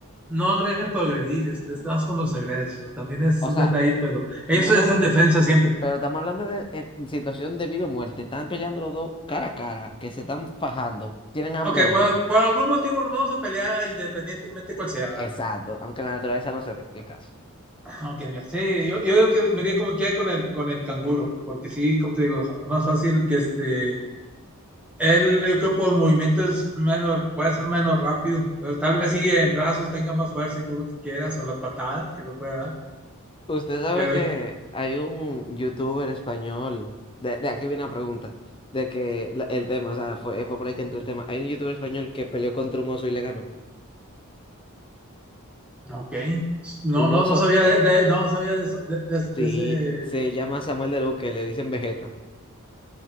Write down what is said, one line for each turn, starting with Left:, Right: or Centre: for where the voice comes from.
Centre: no agreden por agredir, este, estás con los agredes, también es
Left: O
Centre: un
Left: sea,
Centre: detalle, pero ellos
Left: no,
Centre: es
Left: no,
Centre: en defensa siempre.
Left: pero estamos hablando de eh, situación de vida o muerte. Están peleando los dos cara a cara, que se están fajando. Tienen hambre
Centre: Ok,
Left: los
Centre: por,
Left: dos.
Centre: por algún motivo nos vamos a pelear independientemente cuál sea. ¿verdad?
Left: Exacto, aunque la naturaleza no se dé el caso.
Centre: Ah, Ok, mira, sí, yo, yo digo que me iría como quiera con el, con el canguro, porque sí, como te digo, más fácil que este, él, yo creo por movimiento es menos, puede ser menos rápido, pero tal vez sí en brazos tenga más fuerza y todo lo que quieras, o las patadas que lo pueda dar.
Left: Usted sabe
Centre: Pero
Left: que hay un youtuber español, de, de aquí viene la pregunta, de que la- el tema, o sea, fue, fue por ahí que entró el tema. Hay un youtuber español que peleó contra un oso y le ganó.
Centre: Ok. No,
Left: Un
Centre: no,
Left: oso,
Centre: no sabía
Left: eh,
Centre: de, de- no sabía de eso, de, de-
Left: sí,
Centre: de ese.
Left: se llama Samuel de Luz, le dicen Vegeta.